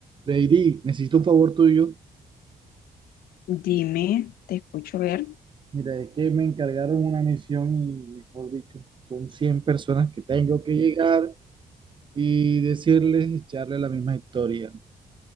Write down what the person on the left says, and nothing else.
Dime, te escucho ver